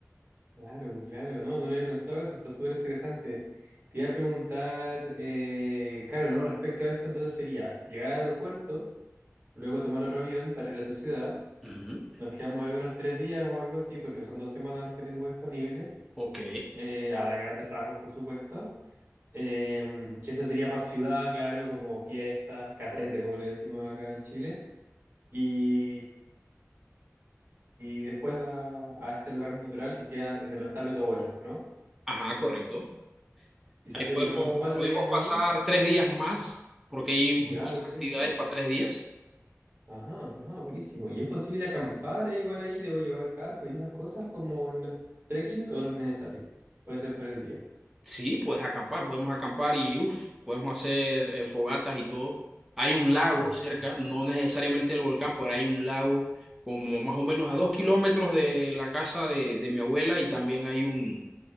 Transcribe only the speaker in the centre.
Ujú.
Ok.
Ajá, correcto.
Ahí podemos,
podemos
pasar tres días más, porque hay buenas
actividades para tres días.
Sí, puedes acampar, podemos acampar y uff, podemos hacer eh, fogatas y todo. Hay un lago
cerca, no necesariamente el volcán, pero hay un lago como más o menos a dos kilómetros de la casa de, de mi abuela y también hay un,